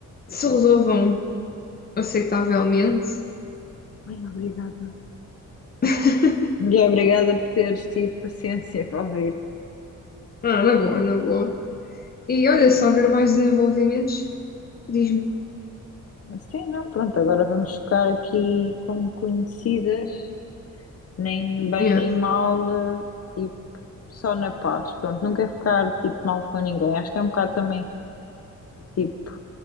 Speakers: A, on the left (about 30°); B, on the left (about 45°).
A: se resolvam aceitavelmente.
B: Ai, obrigada.
A: <laughs>
B: E obrigada por teres tido paciência para ouvir.
A: Ah, na boa, na boa. E olha, se houver mais desenvolvimentos, diz-me.
B: Mas Sim, não, pronto, agora vamos ficar aqui como conhecidas, nem bem
A: Yeah.
B: nem mal, eh, tipo, só na paz. Pronto, nunca ficar tipo mal com ninguém. Acho que é um bocado também, tipo,